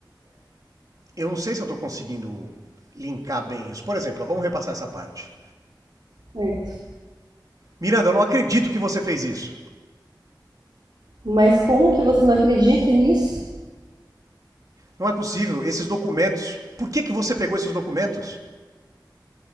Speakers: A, on the right (about 50°); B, on the right (about 65°).
A: eu não sei se eu estou conseguindo linkar bem isso. Por exemplo, ó, vamos repassar essa parte.
B: certo?
A: Miranda, eu não acredito que você fez isso.
B: Mas como que você não acredita nisso?
A: Não é possível, esses documentos. Por que, que você pegou esses documentos?